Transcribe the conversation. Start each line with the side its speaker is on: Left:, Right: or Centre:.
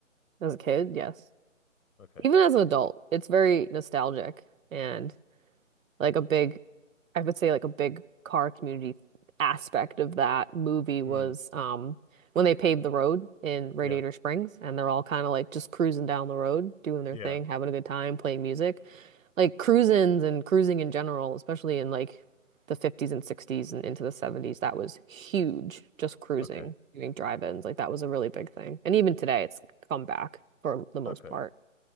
Right: As a kid, yes.
Left: Okay.
Right: Even as an adult, it's very nostalgic and like a big, I would say like a big car community aspect of that movie was
Left: Hmm.
Right: um, when they paved the road in Radiator
Left: Yeah.
Right: Springs and they're all kind of like just cruising down the road, doing their
Left: Yeah.
Right: thing, having a good time, playing music. Like cruisins and cruising in general, especially in like the 50s and 60s and into the 70s, that was huge. Just cruising,
Left: Okay.
Right: doing drive-ins, like that was a really big thing. And even today, it's come back for the most
Left: Okay.
Right: part.